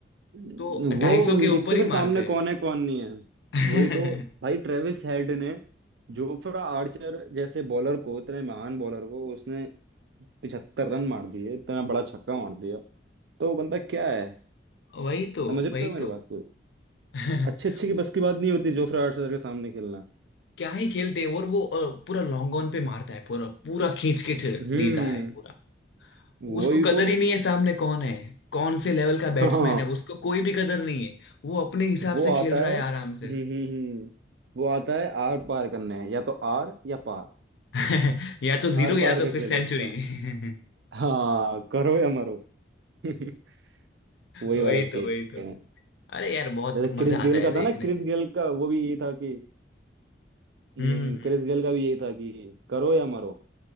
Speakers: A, on the right; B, on the left.
A: वो
B: तो ढाई सौ
A: नहीं
B: के
A: देखते
B: ऊपर ही
A: फिर सामने
B: मारते
A: कौन है कौन नहीं है
B: हैं
A: वही तो
B: <laughs>
A: भाई ट्रेविस हेड ने जोफ्रा आर्चर जैसे बॉलर को इतने महान बॉलर को उसने पिछहत्तर रन मार दिए इतना बड़ा छक्का मार दिया तो बंदा क्या है
B: वही तो
A: समझ रहे
B: वही
A: हो मेरी
B: तो
A: बात को
B: <laughs>
A: अच्छे अच्छे की
B: वो
A: बस की बात नहीं होती जोफ्रा आर्चर के सामने खेलना
B: क्या ही खेलते हैं और वो अ, पूरा लॉन्ग ऑन पे मारता है पूरा पूरा खींच के ठे-
A: हम्म
B: देता है पूरा
A: वही
B: उसको कदर
A: तो
B: ही नहीं है सामने कौन है कौन से लेवल का बैट्समैन
A: हाँ
B: है उसको कोई भी कदर नहीं है वो अपने हिसाब
A: वो
B: से
A: आता
B: खेल रहा
A: है
B: है आराम
A: हम्म
B: से
A: हम्म हम्म वो आता है आर पार करने या तो आर या पार
B: <laughs> या तो जीरो
A: आर
B: या
A: पार
B: तो
A: का
B: फिर
A: खेल
B: सेंचुरी
A: है उसका
B: <laughs>
A: हाँ करो या मरो <laughs> वही
B: वही
A: वाला सीन
B: तो वही तो
A: है
B: अरे यार बहुत
A: जैसे क्रिस
B: मजा
A: गेल
B: आता है
A: का
B: देखने
A: था ना क्रिस
B: में
A: गेल का वो भी यही था कि हम्म,
B: हम्म हम्म।
A: क्रिस गेल का भी यही था कि करो या मरो